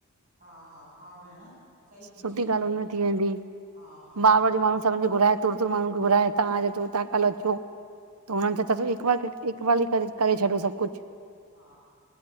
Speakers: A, on the right; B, on the right.
A: हा हा हा भेण। सही थी
B: सुठी
A: चईं
B: ॻाल्ह हुनमें थी वेंदी,
A: हा हा
B: बार बार जे माण्हू -- सभिन खे घुराए तूर तुर माण्हू खे घुराए, तव्हां अॼु अचो तव्हां कल्ह अचो त हुनन खे सब
A: हा
B: हिक बार -- हिकुमहल ही करे करे छॾो सभु कुछ।
A: हा